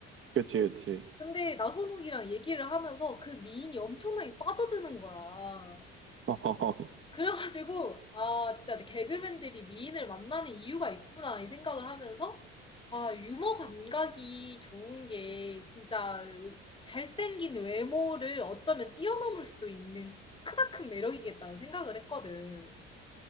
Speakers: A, on the right (about 45°); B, on the left (about 15°).
A: 그치, 그치.
B: 근데 나선욱이랑 얘기를 하면서 그 미인이 엄청나게 빠져드는 거야.
A: <laughs>
B: 그래가지고 아 진짜 개그맨들이 미인을 만나는 이유가 있구나 이 생각을 하면서 아 유머 감각이 좋은 게 진짜 잘생긴 외모를 어쩌면 뛰어넘을 수도 있는 크나큰 매력이겠다는 생각을 했거든.